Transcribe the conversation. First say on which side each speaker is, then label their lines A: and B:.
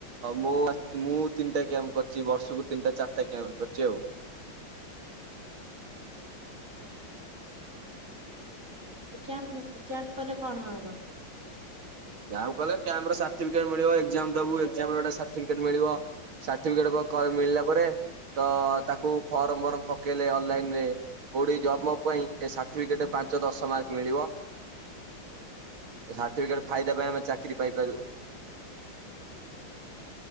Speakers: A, on the right (about 80°); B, on the right (about 40°).
A: ମୁଁ, ମୁଁ ତିନିଟା କ୍ୟାମ୍ କର ବର୍ଷକୁ ତିନିଟା ଚାରିଟା କ୍ୟାମ୍ପ ଗୋଟେ କରିଚି ଆଉ।
B: କ୍ୟାମ୍ପ, କ୍ୟାମ୍ପ କଲେ କଣ ହବ?
A: କ୍ୟାମ୍ପ କୁ ଗଲେ, କ୍ୟାମ୍ପ ର ସାର୍ଟିଫିକେଟ ମିଳିବ, ଏକ୍ଜାମ୍ ଦେବୁ, ଏକ୍ଜାମ୍ ର ଗୋଟେ ସାର୍ଟିଫିକେଟ ମିଳିବ। ସାର୍ଟିଫିକେଟ କ କ ମିଳିଲା ପରେ, ତ ତାକୁ ଫର୍ମ ଫର୍ମ ପକେଇଲେ ଅନଲାଇନ ରେ କୋଉଠି ଜବ୍ ପବ୍ ପାଇଁ ଏ ସାର୍ଟିଫିକେଟେ ପାଞ୍ଚ ଦଶ ମାର୍କ ମିଳିବ, ଏ ସାର୍ଟିଫିକେଟ ଫାଇଦା ପାଇଁ ଆମେ ଚାକିରି ପାଇପାରୁ।